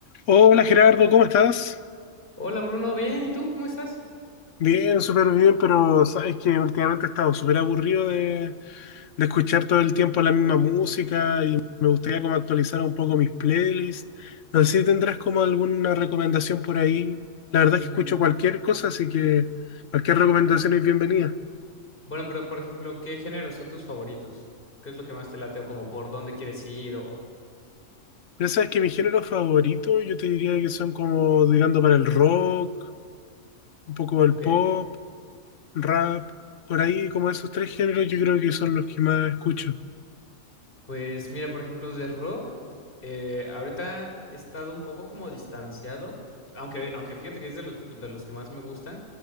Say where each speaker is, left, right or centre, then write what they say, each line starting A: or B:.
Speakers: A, on the left; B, on the left.
A: Hola Gerardo, ¿cómo estás?
B: Hola Bruno, bien, ¿y tú cómo estás?
A: Bien, súper bien, pero sabes que últimamente he estado súper aburrido de, de escuchar todo el tiempo la misma música y me gustaría como actualizar un poco mis playlists. No sé si tendrás como alguna recomendación por ahí. La verdad
B: Mm,
A: es que escucho cualquier cosa, así que cualquier recomendación es bienvenida.
B: bueno, pero por ejemplo, ¿qué géneros son tus favoritos? ¿Qué es lo que más te late o como por dónde quieres ir o...
A: Ya sabes que mi género favorito yo te diría que son como tirando para el rock, un poco el
B: Ok,
A: pop, rap, por ahí como esos tres géneros yo creo que son los que más escucho.
B: pues mira, por ejemplo, de rock, eh, ahorita he estado un poco como distanciado, aunque, aunque fíjate que es de, lo- de los que más me gustan,